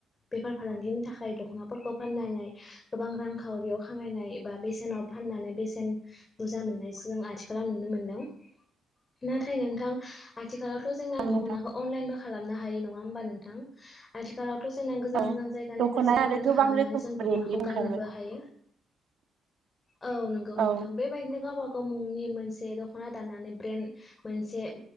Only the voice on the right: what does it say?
औ
नोंथां
औ
दख'ना
आरो
गोबां
रोखोम
ब्रेन्डनि
ओंखारबाय
औ